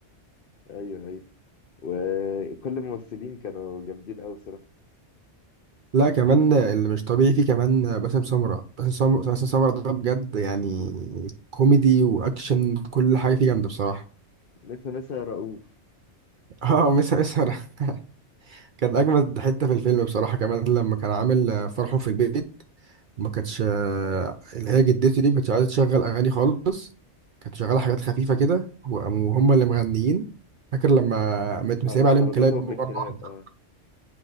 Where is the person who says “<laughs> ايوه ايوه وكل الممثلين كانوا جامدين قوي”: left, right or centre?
Left